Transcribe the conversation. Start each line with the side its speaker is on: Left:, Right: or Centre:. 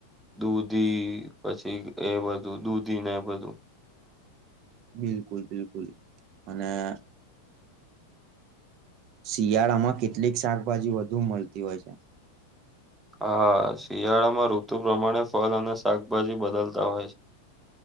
Centre: દૂધી પછી એ બધું દૂધી ને એ બધું
Right: બિલકુલ બિલકુલ અને શિયાળામાં કેટલીક શાકભાજી વધુ મળતી હોય છે.
Centre: હા શિયાળામાં ઋતુ પ્રમાણે ફલ અને શાકભાજી બદલતા હોય છે.